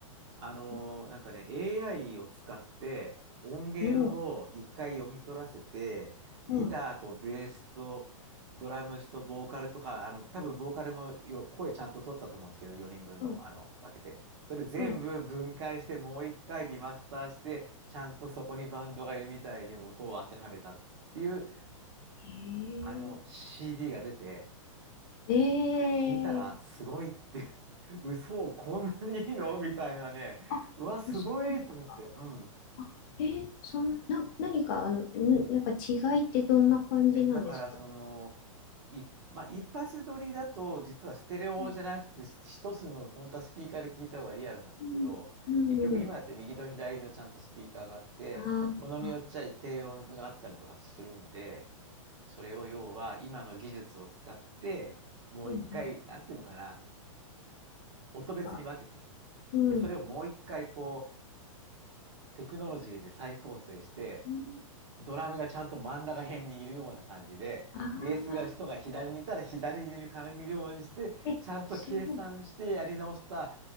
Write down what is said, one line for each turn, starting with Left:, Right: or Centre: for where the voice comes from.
Right: あのーなんかね、
Left: うん。
Right: AI を使って音源を一回読み取らせて、
Left: うん。
Right: ギターとベースとドラムスとボーカルとか、
Left: うん。
Right: あの、多分ボーカルもよ声ちゃんと取ったと思うんですけど、4人分の、
Left: うん
Right: あの、分けて。それ全部分解して、
Left: はい。
Right: もう一回リマスターして、ちゃんとそこにバンドがいるみたいに音を当てはめたっていう、
Left: へ
Right: あの、
Left: え。
Right: CD が出て、
Left: ええ
Right: あれ聞いたら、すごいって <laughs> 嘘、こんなにいいのみたいなね。
Left: あ、あ、
Right: うわ、すごいと思って。
Left: そうなんですか。
Right: うん。
Left: あ、えー、そんな、な、何か、あの、ん、なんか違いってどんな感じなんですか
Right: え、だから、その、い、まあ、一発撮りだと、実はステレオじゃなくて、
Left: うん、
Right: ひ一つの本当はスピーカーで聞いた方がリアルなんですけど、
Left: うん、うん、
Right: 結局今って右と左のちゃんとスピーカーがあって、
Left: うんあー、
Right: ものによっちゃ低音があったりとかするんで、
Left: あ
Right: それを要は今の技術を使って、もう一回、
Left: うん、うん、
Right: なんていうのかな、音別に分けて、
Left: か、うん、
Right: で、それをもう一回こう、テクノロジーで再構成して、
Left: うん、
Right: ドラムがちゃんと真ん中辺にいるような感じで、
Left: ああ、
Right: ベースが人が左にいたら左にいる感じようにして、
Left: え、
Right: ちゃんと計算してやり直した、
Left: すごい。